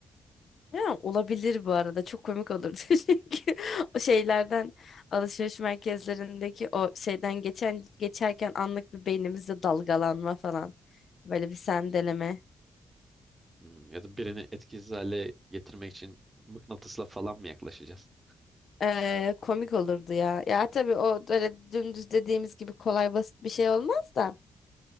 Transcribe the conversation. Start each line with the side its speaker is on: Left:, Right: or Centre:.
Left: Ya, olabilir bu arada. Çok komik olurdu <laughs> çünkü o şeylerden alışveriş merkezlerindeki o şeyden geçen geçerken anlık bir beynimizde dalgalanma falan. Böyle bir sendeleme.
Right: Hmm, ya da birini etkisiz hale getirmek için mıknatısla falan mı yaklaşacağız?
Left: Ee, komik olurdu ya. Ya tabii o böyle dümdüz dediğimiz gibi kolay basit bir şey olmaz da.